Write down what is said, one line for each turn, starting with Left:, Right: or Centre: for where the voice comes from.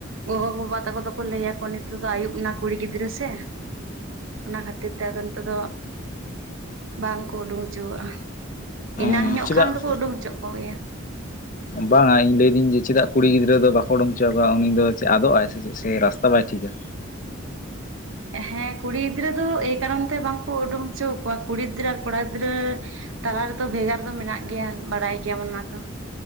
Right: ᱜᱚᱜᱚ ᱵᱟᱵᱟ ᱛᱟᱠᱚ ᱫᱚᱠᱚ ᱞᱟᱹᱭ ᱟᱠᱚ ᱱᱤᱛᱚᱜ ᱫᱚ ᱟᱹᱭᱩᱵ ᱱᱟ ᱠᱩᱲᱤ ᱜᱤᱫᱽᱨᱟᱹ ᱥᱮ ᱚᱱᱟ ᱠᱷᱟᱹᱛᱤᱨ ᱛᱮ ᱟᱫᱚ ᱱᱤᱛᱚᱜ ᱫᱚ ᱵᱟᱝ ᱠᱚ ᱩᱰᱩᱝ ᱦᱚᱪᱚᱣᱟᱜᱼᱟ ᱮᱱᱟᱱ
Left: ᱚ
Right: ᱧᱚᱜ
Left: ᱪᱮᱫᱟᱜ?
Right: ᱠᱷᱟᱱ ᱫᱚᱠᱚ ᱩᱰᱩᱝ ᱦᱚᱪᱚ ᱠᱚᱜᱮᱭᱟ
Left: ᱵᱟᱝᱟ ᱤᱧ ᱞᱟᱹᱭᱫᱟᱹᱧ ᱡᱮ ᱪᱮᱫᱟᱜ ᱠᱩᱲᱤ ᱜᱤᱫᱽᱨᱟᱹ ᱫᱚ ᱵᱟᱠᱚ ᱩᱰᱩᱝ ᱦᱚᱪᱚ ᱟᱠᱚᱣᱟ ᱩᱱᱤ ᱫᱚ ᱪᱮᱫ ᱟᱫᱚᱜᱼᱟᱭ ᱥᱮ ᱪᱮᱫ ᱥᱮ ᱨᱟᱥᱛᱟ ᱵᱟᱭ ᱴᱷᱤᱠᱟ
Right: ᱦᱮᱸ ᱠᱩᱲᱤ ᱜᱤᱫᱽᱨᱟᱹ ᱫᱚ ᱮᱭ ᱠᱟᱨᱚᱱ ᱛᱮ ᱵᱟᱝᱠᱚ ᱩᱰᱩᱝ ᱦᱚᱪᱚ ᱟᱠᱚᱣᱟ ᱠᱩᱲᱤ ᱜᱤᱫᱽᱨᱟᱹ ᱟᱨ ᱠᱚᱲᱟ ᱜᱤᱫᱽᱨᱟᱹ ᱛᱟᱞᱟ ᱨᱮᱫᱚ ᱵᱷᱮᱜᱟᱨ ᱫᱚ ᱢᱮᱱᱟᱜ ᱜᱮᱭᱟ ᱵᱟᱲᱟᱭ ᱜᱮᱭᱟᱢ ᱚᱱᱟ ᱫᱚ